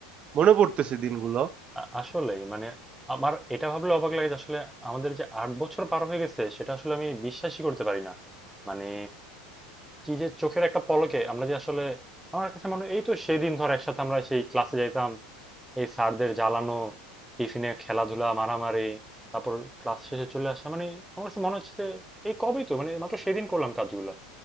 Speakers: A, on the right; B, in the centre.
A: মনে পড়তেছে দিনগুলো
B: আ- আসলেই মানে আমার এটা ভাবলে অবাক লাগে যে আসলে আমাদের যে আট বছর পার হয়ে গেছে সেটা আসলে আমি বিশ্বাসই করতে পারি না মানে কি যে চোখের একটা পলকে আমরা যে আসলে আমার কাছে মনে হয় এই তো সেদিন ধর একসাথে আমরা সেই ক্লাসে যাইতাম এই স্যারদের জ্বালানো টিফিনে খেলাধুলা মারামারি তারপর ক্লাস শেষে চলে আসা মানে আমার কাছে মনে হচ্ছে যে এই কবেই তো মানে মাত্র সেদিন করলাম কাজগুলো